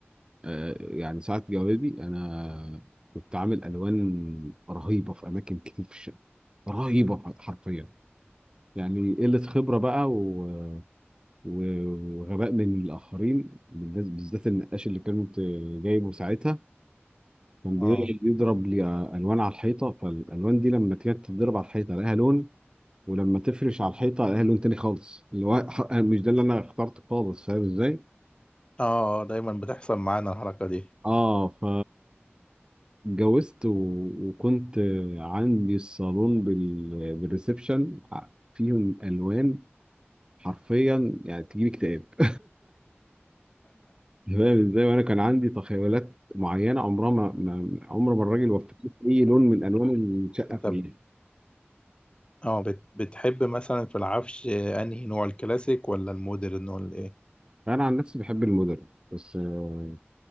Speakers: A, on the right (about 20°); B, on the left (about 25°).
A: آه يعني ساعه جوابي انا كنت عامل الوان رهيبه في اماكن كتير في الشقه رهيبه حرفيا يعني قلة خبرة بقى و... و- وغباء من الآخرين بالناس- بالذات النقاش اللي كنت جايبه ساعتها كان بي-
B: اه
A: بيضرب لي ألوان على الحيطة فالألوان دي لما كانت تضرب على الحيطة لها لون ولما تفرش على الحيطة لها لون تاني خالص اللي هو ح- مش ده اللي أنا اخترته خالص فاهم إزاي؟
B: اه دايما بتحصل معانا الحركة دي
A: آه ف اتجوزت و... وكنت عندي الصالون بال... بالريسبشن فيهم ألوان حرفيا يعني تجيب اكتئاب <laughs> تمام ازاي وانا كان عندي تخيلات معينه عمرها ما ما- عمر ما الراجل وفقني في اي لون من الوان الشقه
B: انت
A: كلها
B: ب- اه بت... بتحب مثلا في العفش آه، انهي نوع الكلاسيك ولا المودرن ولا ايه
A: انا عن نفسي بحب المودرن بس آه،